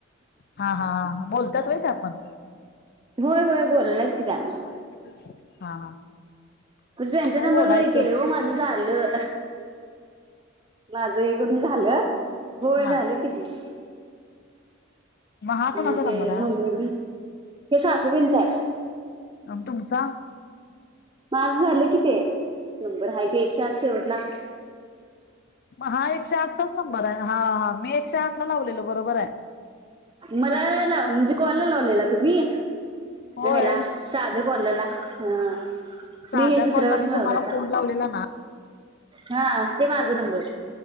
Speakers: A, on the left; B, on the right.
A: हा हा बोलत्यात होय त्या पण
B: होय होय बोलाल्यात की त्या आणि
A: हा हा.. हा..
B: यांच्या
A: काय
B: नंबर
A: बोलायचं
B: वर केले हो माझं झालं. माझं करून झालं होय
A: हा
B: झालं तीस
A: हा कोणाचा
B: मग ते
A: नंबर आहे
B: मम्मी मी हे सासूबाईच आहे.
A: आणि तुमचा
B: माझं झालं कि ते नंबर आहे ते एकशे आठ शेवटला
A: म हा एकशे आठचाच नंबर आहे हा हा मी एकशे आठ ला लावलेलो बरोबर आहे.
B: मला लाव म्हणजे कॉलला लावलेला तुम्ही
A: होय
B: हेला साधं कॉलला हा
A: साध्या
B: मी हे दुसऱ्यावरून
A: कॉलला मी
B: लावलं
A: तुम्हाला
B: आता
A: फोन लावलेला ना
B: हा ते माझ नंबर